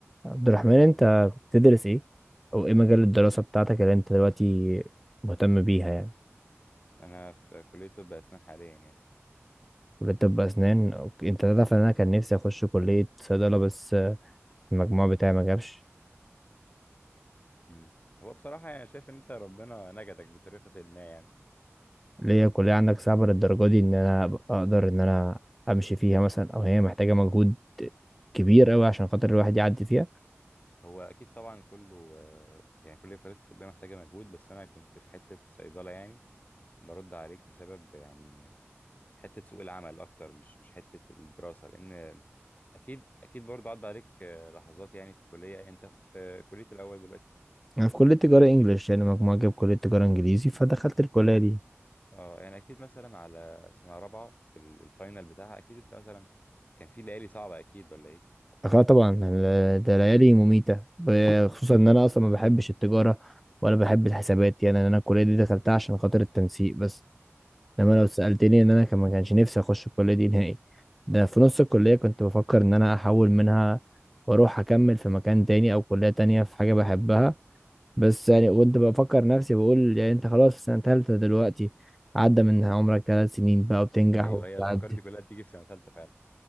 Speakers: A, in the centre; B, on the left.
A: عبد الرحمن انت بتدرس ايه او ايه مجال الدراسة بتاعتك اللي انت دلوقتي مهتم بيها يعني
B: انا في كلية طب اسنان حاليا يعني
A: كلية طب اسنان اوكي، انت تعرف ان انا كان نفسي اخش كلية صيدلة بس المجموع بتاعي ما جابش
B: مم. هو بصراحة يعني شايف ان انت ربنا نجدك بطريقة ما يعني
A: ليه الكلية عندك صعبة للدرجة دي ان انا أبقى اقدر ان انا امشي فيها مثلا او هي محتاجة مجهود كبير قوي عشان خاطر الواحد يعدي فيها
B: هو اكيد طبعا كله آه، يعني كل الكليات الطبية محتاجة مجهود بس انا كنت في حتة صيدلة يعني برد عليك بسبب يعني حتة سوق العمل اكتر مش مش حتة الدراسة لان اكيد اكيد برضه عدى عليك آه، لحظات يعني في الكلية انت في كلية الاول دلوقتي
A: انا في كلية تجارة انجليش يعني مجموعة جاب كلية تجارة انجليزي فدخلت
B: مم.
A: الكلية
B: يعني
A: دي
B: اه يعني اكيد مثلا على سنة رابعة في ال- الفاينل بتاعها اكيد انت مثلا كان في ليالي صعبة اكيد ولا ايه؟
A: اه طبعا ال- ده ليالي مميتة ب- خصوصا ان انا اصلا ما بحبش التجارة ولا بحب الحسابات يعني انا الكلية دي دخلتها عشان خاطر التنسيق بس انما لو سألتني ان انا كان ما كانش نفسي اخش الكلية دي نهائي ده في نص الكلية كنت بفكر ان انا احول منها واروح اكمل في مكان تاني او كلية تانية في حاجة بحبها بس يعني كنت بفكر نفسي بقول يعني انت خلاص في سنة تالتة دلوقتي عدى من عمرك ثلاث سنين بقى وبتنجح
B: ايوه
A: وبتعدي
B: هي الافكار دي كلها بتيجي في سنه ثالثه فعلا